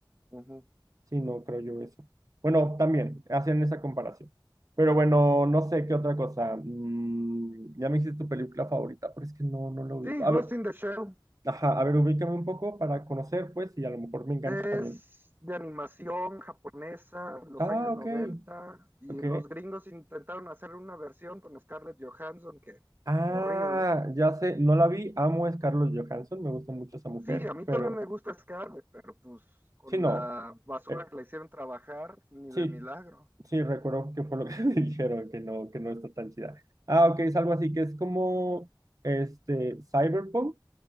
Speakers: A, on the right (about 25°); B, on the right (about 45°).
A: ujú.
B: Sí, no creo yo eso. Bueno, también hacían esa comparación. Pero bueno, no sé qué otra cosa. Mm, ya me dijiste tu película favorita, pero es que no, no lo ubico.
A: Sí,
B: A
A: Ghost
B: ver,
A: in the Shell,
B: Ajá, a ver, ubícame un poco para conocer, pues, y a lo mejor me engancho
A: Es
B: también.
A: de animación japonesa, los
B: Ah,
A: años
B: ok,
A: 90 y
B: ok.
A: los gringos intentaron hacer una versión con Scarlett Johansson, que
B: Ah,
A: horrible.
B: ya sé, no la vi, amo es Carlos Johansson, me gusta mucho esa mujer,
A: Sí, a mí
B: pero
A: también me gusta Scarlett, pero pues con
B: sí, no,
A: la basura
B: eh,
A: que la hicieron trabajar, ni
B: sí,
A: de milagro.
B: sí, recuerdo que fue lo que <laughs> me dijeron, que no, que no está tan chida. Ah, ok, es algo así, que es como, este, cyberpunk.